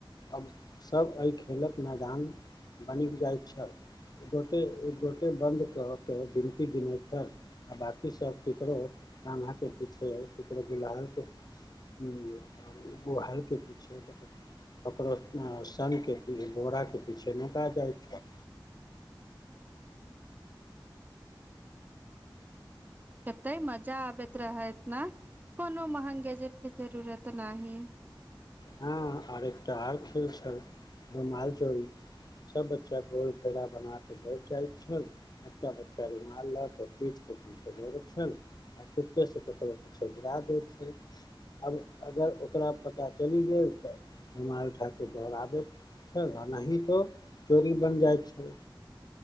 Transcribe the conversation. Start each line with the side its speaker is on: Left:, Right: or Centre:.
Left: आब सभ एहि खेलक मैदान बनि जाइत छल, एक गोटे एक गोटे बन्द क के गिनती गिनै छल। आ बाकी सभ ककरो कामा के पीछे, ककरो गुड़हल के एक गो हालके पीछे कत ककरो सङ्गे बोराके पीछे नुका जाइय छल।
Right: कते मजा आबैत रहे इतना, कोनो महग गेजेट के जरूरत नाही।
Left: हँ आर एकटा आर खेल छल रुमालचोरी। सब बच्चा गोल घेरा बनाके बैठ जाय छल एकटा बच्चा रुमाल ल क पीठ के पीछे दौड़ैय छल। आ चुपके सँ ककरो पीछे गिरा दै छै आब अगर ओकरा पता चलि गेल तऽ रुमाल उठाके दौड़ाबैत। ओ नाही तो चोरी बनि जाइ छै।